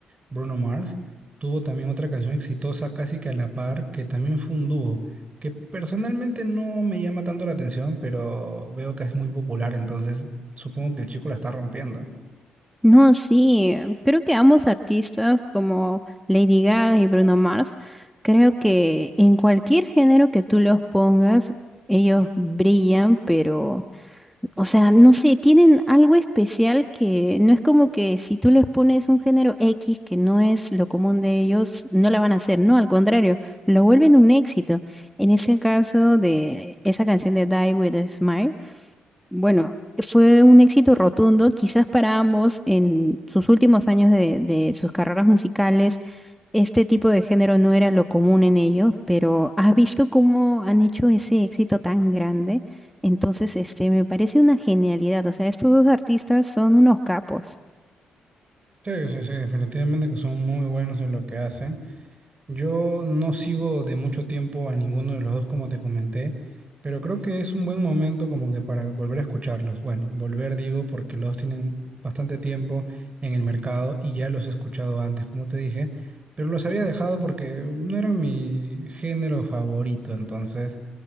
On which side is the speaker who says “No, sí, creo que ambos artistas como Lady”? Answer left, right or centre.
Centre